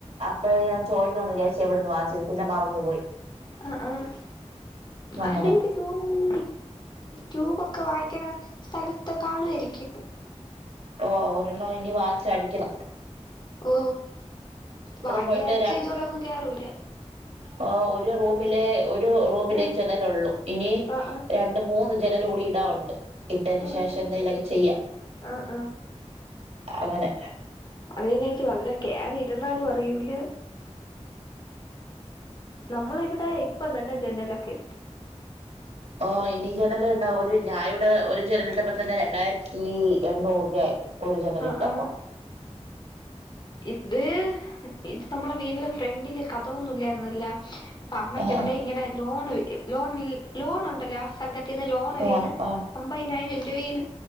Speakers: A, on the right; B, on the left.
A: അപ്പോഴ ഞാ ചോദിക്കണംന്ന് വിചാരിച്ചയാ എവിടെന്ന് വാങ്ങിച്ചത് എന്ന് പിന്നെ മറന്നുപോയി
B: ആ ആഹ
A: അങ്ങനെ
B: അതെനിക്ക് തോന്നണ ട്യൂബ് ഒക്കെ വായിക്കണ സ്ഥലത്ത് കാണുമായിരിക്കും
A: ഓ ഒരെണ്ണം ഇനി വാങ്ങിച്ച അടിക്കണം
B: ഉ വാങ്ങി
A: പോയിട്ട്
B: അടിച്ച ഇതുപോലെ ഒന്നും കേറൂല്ല
A: ആ ഒരു റൂമിലെ ഒരു റൂമിലെ
B: ആഹ്
A: ജനലള്ളൂ ഇനി
B: ആഹ് ആഹ്
A: രണ്ട മൂന്ന് ജനലോടി ഇടാനുണ്ട് ണ്ട് ഇട്ടതിന്
B: ആഹ്
A: ശേഷം
B: ആഹ്
A: എന്തെലൊക്കെ ചെയ്യാം
B: ആഹ്
A: അങ്ങനെ
B: അത് അല്ല ചേച്ചി വല്ലോം കേറി ഇരുന്നാലും അറിയൂല്ല നമ്മള ഇവിടെ ഇപ്പ തന്നെ ജെന്നലൊക്കെ
A: ഓ ഇനി ജനല് എന്താ ഒരു ഞാന ഇവിടെ ഒരു ജനലിട്ടപ്പ തന്നെ രണ്ടായിരത്തി എണ്ണുറു ആയി ഒരു ജനല
B: ആഹ്
A: ഇട്ടപ്പ
B: ആഹ്
A: അ
B: ഇത് ഇത് നമ്മളെ മീനില് ഫ്രണ്ടില് കതകൊന്നുംല്ലായിരുന്നല്ലോ അപ്പ അമ്മയ്ക്ക്
A: ആ
B: ഇവിടെ ഇങ്ങനെ ലോണ് ലോൺ ലോണുണ്ടല്ലോ സംഘ റ്റേന്ന് ലോണ്
A: ആ
B: വീണ്
A: ആ
B: അമ്പതിനായിരം ര വീണ്